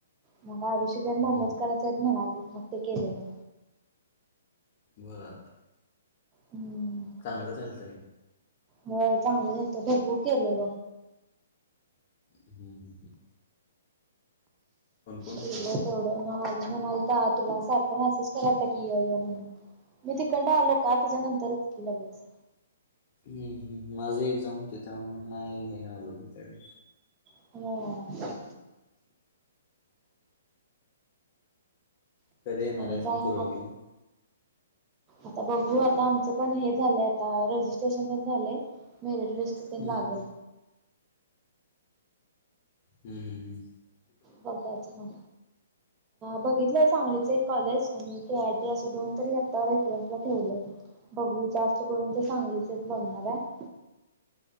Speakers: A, on the right; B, on the left.
A: मग आरुषी ते अन
B: हम्म
A: मोमोज कराय चेत म्हणा मग ते केलेलं.
B: बर.
A: हम्म.
B: चांगलंच झालत काय?
A: होय चांगलं झालत भरपूर केलेल.
B: हम् हम् हम्. कोण होता
A: केलं तेवढं मग आवी म्हणालता तुला सारखा मेसेज करालता की य य म्हणून. मी तिकंड आलो का त्याच्यानंतरच ते लगेच.
B: हम्म हम् माझं एक्झाम हुती त्यामुळं नाय हे आलो मी त्यावेळी.
A: होय.
B: कधी येणार
A: आणि
B: आहेस
A: काय
B: मग कुरळपला
A: आ- आता बघू आता आमचं पण हे झाले आता, रजिस्ट्रेशन पण झालय, मेरिट लिस्ट
B: हम्म
A: लागेल.
B: हम्म हम्.
A: बघायचं म बघितलंय सांगलीच एक कॉलेज, आणि के. आय. टी असे दोन तरी आता रेफरन्सला ठेवलय. बघू जास्त करून ते चांगलीच एक बघणार आहे.